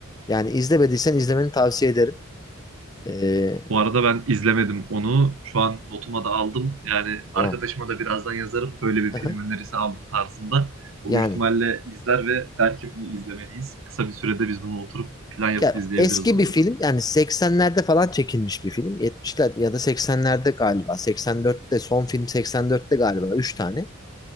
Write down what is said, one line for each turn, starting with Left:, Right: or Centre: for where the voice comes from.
Left: Yani izlemediysen izlemeni tavsiye ederim. Ee,
Right: Bu arada ben izlemedim onu. Şu an notuma da aldım. Yani
Left: tamam.
Right: arkadaşıma da birazdan yazarım. Böyle bir
Left: Hı
Right: film
Left: hı.
Right: önerisi aldım tarzında. O
Left: Yani
Right: büyük ihtimalle izler ve der ki bunu izlemeliyiz. Kısa bir sürede biz bunu oturup plan yapıp
Left: ya
Right: izleyebiliriz
Left: eski
Right: bu
Left: bir
Right: arada.
Left: film yani 80'lerde falan çekilmiş bir film. 70'ler ya da 80'lerde galiba. 84'te son film 84'te galiba 3 tane.